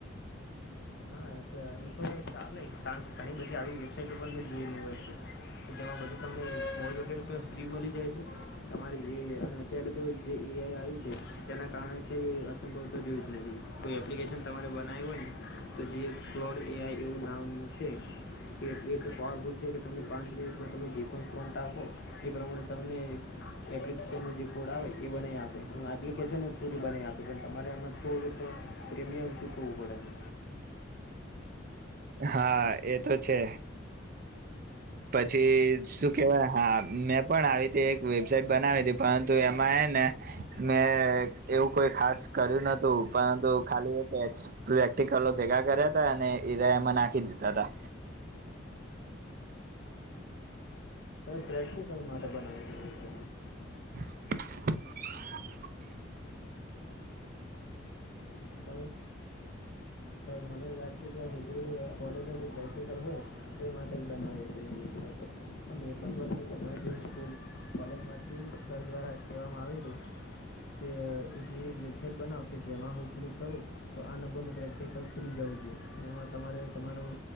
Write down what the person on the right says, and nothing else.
હા એ તો છે. પછી શું કેવાય? હા મેં પણ આવી રીતે એક વેબસાાઈટ બનાવી હતી પરંતુ એમાં એ ને મેં એવું કોઈ ખાસ કર્યું નતું પરંતુ ખાલી પ્રેક્ટિકલો ભેગા કર્યા હતા અને એરા એમાં નાખી દીધા હતા.
<inaudible>